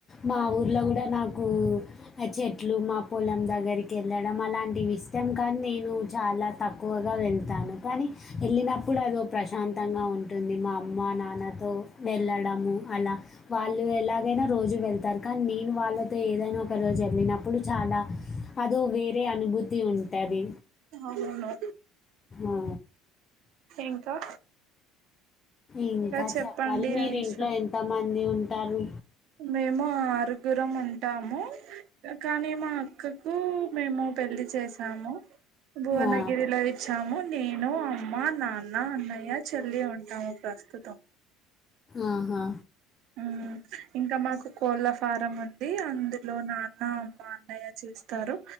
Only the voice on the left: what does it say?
మా ఊర్లో కూడా నాకు చెట్లు మా పొలం దగ్గరికి వెళ్ళడం అలాంటివి ఇష్టం కానీ నేను చాలా తక్కువగా వెళ్తాను కానీ ఎల్లినప్పుడు అదో ప్రశాంత్ తంగా ఉంటుంది మా అమ్మ నాన్నతో వెళ్ళడము అలా వాళ్ళు ఎలాగైనా రోజు వెళ్తారు కానీ నేను వాళ్ళతో ఏదైనా ఒక రోజు వెళ్ళినప్పుడు చాలా అదో వేరే అనుభూతి తి ఉంటది
ఆ
ఇంకా
చెప్పాలి మీరి
ఇంట్లో ఎంత మంది ఉ టారు
ఆ,
ఆహా